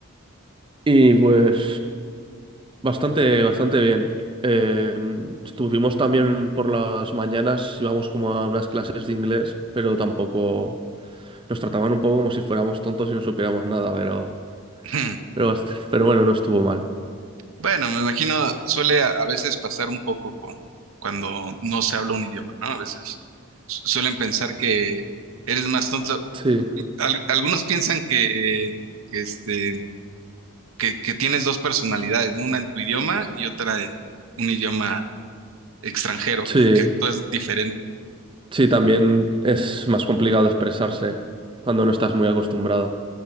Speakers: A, on the right; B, on the right.
A: y pues, bastante, bastante bien. Em, estuvimos también por las mañanas, íbamos como a unas clases de inglés, pero tampoco... Nos trataban un poco como si fuéramos tontos y no supiéramos nada, pero,
B: <clears throat>
A: pero, est- pero bueno, no estuvo mal.
B: Bueno, me imagino, suele a, a veces pasar un poco con cuando no se habla un idioma, ¿no? A veces su- suelen pensar que eres más tonto.
A: Sí,
B: Al- algunos piensan que, que este, que, que tienes dos personalidades, ¿no? Una en tu idioma y otra en un idioma extranjero,
A: sí,
B: como que actúas diferente.
A: sí, también es más complicado expresarse cuando no estás muy acostumbrado.